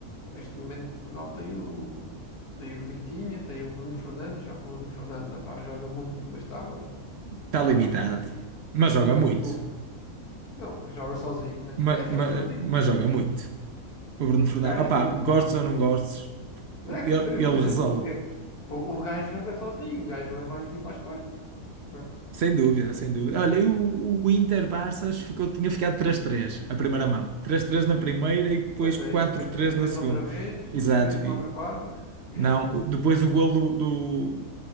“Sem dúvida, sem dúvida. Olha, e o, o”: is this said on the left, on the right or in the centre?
Right